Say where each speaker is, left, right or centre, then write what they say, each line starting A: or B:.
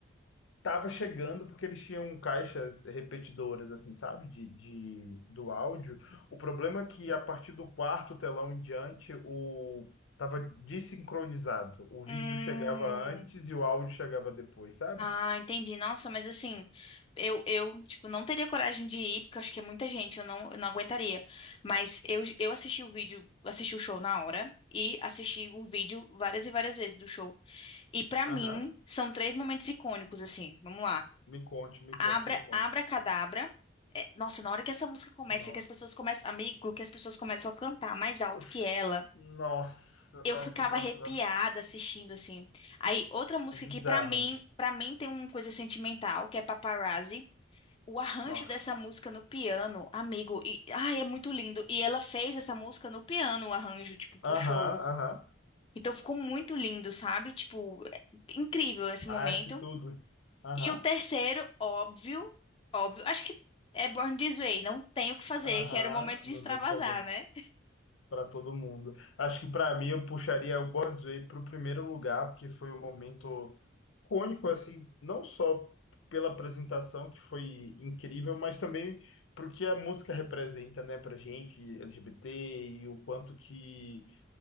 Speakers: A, on the left (about 80°); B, on the left (about 30°).
A: tava chegando porque eles tinham caixas repetidoras, assim, sabe? De, de, do áudio. O problema é que a partir do quarto telão em diante, o tava desincronizado. O vídeo
B: Hum.
A: chegava antes e o áudio chegava depois, sabe?
B: Ah, entendi. Nossa, mas assim, eu, eu, tipo, não teria coragem de ir, porque eu acho que é muita gente, eu não, eu não aguentaria. Mas eu, eu assisti o vídeo, assisti o show na hora e assisti o vídeo várias e várias vezes do show. E pra
A: Aham.
B: mim, são três momentos icônicos, assim. Vamos lá.
A: Me conte, me conte,
B: Abra,
A: me conte.
B: Abra Cadabra. É, nossa, na hora que essa música começa,
A: Nossa.
B: que as pessoas começam, amigo, que as pessoas começam a cantar mais alto
A: Uf.
B: que ela
A: Nossa,
B: eu
A: nossa,
B: ficava
A: nossa,
B: arrepiada
A: nossa.
B: assistindo assim. Aí outra música
A: Bizarro.
B: que pra mim, para mim tem uma coisa sentimental, que é Paparazzi. O arranjo
A: Nossa.
B: dessa música no piano, amigo, e ai, é muito lindo. E ela fez essa música no piano, o arranjo, tipo, pro
A: Aham,
B: show.
A: aham.
B: Então ficou muito lindo, sabe? Tipo, é incrível esse
A: Ai,
B: momento.
A: que tudo. Aham,
B: E o terceiro, óbvio, óbvio, acho que é Born This Way, não tem o que fazer,
A: aham.
B: que era o momento de
A: Não
B: extravasar,
A: dá pra fazer.
B: né?
A: para todo mundo. Acho que para mim eu puxaria o Born's Way para o primeiro lugar, porque foi um momento cônico, assim, não só pela apresentação, que foi incrível, mas também porque a música representa, né, pra gente, LGBT, e o quanto que